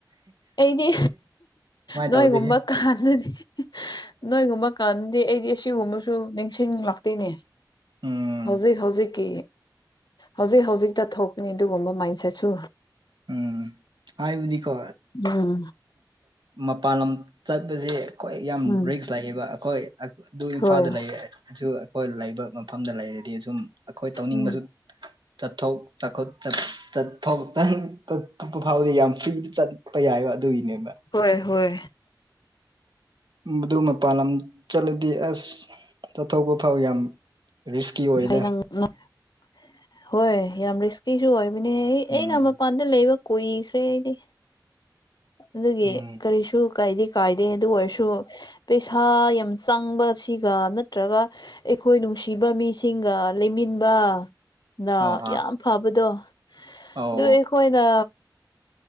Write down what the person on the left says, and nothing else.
ꯑꯩꯗꯤ ꯅꯣꯏꯒꯨꯝꯕ
ꯀꯥꯟꯗꯨꯗꯤ ꯅꯣꯏꯒꯨꯝꯕ ꯀꯥꯟꯗꯤ ꯑꯩꯗꯤ ꯑꯁꯤꯒꯨꯝꯕꯁꯨ ꯅꯤꯡꯁꯤꯡ ꯂꯥꯛꯇꯣꯏꯅꯦ
ꯍꯧꯖꯤꯛ ꯍꯧꯖꯤꯛꯀꯤ ꯍꯧꯖꯤꯛ ꯍꯧꯖꯤꯛꯇ ꯊꯣꯛꯄꯅꯤ ꯑꯗꯨꯒꯨꯝꯕ ꯃꯥꯏꯁꯦꯠꯁꯨ
ꯎꯝ
ꯎꯝ
ꯍꯣꯏ
ꯎꯝ
ꯍꯣꯏ ꯍꯣꯏ
<unintelligible> ꯍꯣꯏ ꯌꯥꯝ ꯔꯤꯁ ꯀꯁꯨ ꯑꯣꯏꯕꯅꯦ ꯑꯩ
ꯑꯩꯅ ꯃꯄꯥꯟꯗ ꯂꯩꯕ ꯀꯨꯏꯈ꯭ꯔꯦ ꯑꯩꯗꯤ ꯑꯗꯨꯒꯤ
ꯀꯔꯤꯁꯨ ꯀꯥꯏꯗꯤ ꯀꯥꯏꯗꯦ ꯑꯗꯨ ꯑꯣꯏꯔꯁꯨ ꯫ ꯄꯩꯁꯥ ꯌꯥꯝ ꯆꯪꯕ ꯁꯤꯒ ꯅꯠꯇ꯭ꯔꯒ ꯑꯩꯈꯣꯏ ꯅꯨꯡꯁꯤꯕ ꯃꯤꯁꯤꯡꯒ ꯂꯩꯃꯤꯟꯕ ꯅ
ꯌꯥꯝ
ꯐꯕꯗꯣ
ꯑꯗꯨ ꯑꯩꯈꯣꯏꯅ